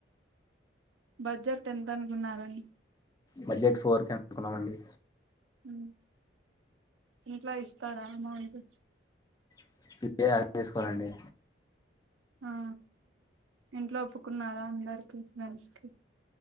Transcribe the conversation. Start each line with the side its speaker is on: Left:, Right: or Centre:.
Right: బడ్జెట్ ఎంత అనుకున్నారండి
Left: బడ్జెట్ ఫోర్ కె అనుకున్నామండి
Right: మ్ ఇంట్లో ఇస్తారా అమౌంట్
Left: <unintelligible> అరేంజ్ చేసుకోవాలండి
Right: ఆ ఇంట్లో ఒప్పుకున్నారా అందరికి ఫ్రెండ్స్ కి